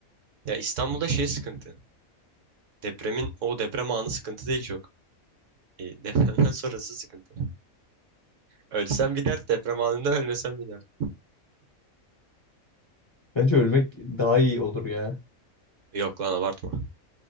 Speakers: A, on the right; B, on the left.
A: Ya İstanbul'da şey sıkıntı. Depremin o deprem anı sıkıntı değil çok. E, depremden <laughs> sonrası sıkıntı. Ölsen bir dert deprem anında ölmesen bir dert.
B: Bence ölmek daha iyi olur ya.
A: Yok lan abartma.